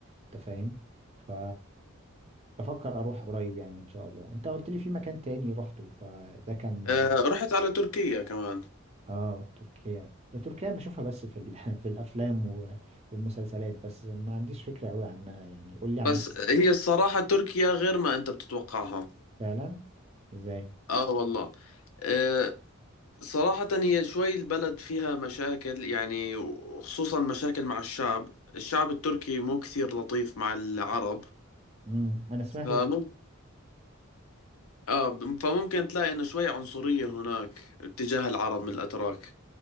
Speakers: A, on the right (about 30°); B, on the left (about 75°).
A: انت فاهم ف بفكر اروح قريب يعني ان شاء الله انت قلت لي في مكان تاني رحته فده كان
B: آه، رحت على تركيا كمان
A: اه تركيا تركيا بشوفها بس في ال... <laughs> في الافلام و... والمسلسلات بس ما عنديش فكرة قوي عنها يعني قول لي
B: بس
A: عملت ايه هناك.
B: هي الصراحه تركيا غير ما انت بتتوقعها
A: فعلا ازاي
B: اه والله آه، صراحه هي شوي البلد فيها مشاكل يعني وخصوصا مشاكل مع الشعب الشعب التركي مو كثير لطيف مع العرب
A: امم انا سمعت
B: فممكن
A: ده
B: اه فممكن تلاقي انه شوي عنصريه هناك اتجاه العرب من الاتراك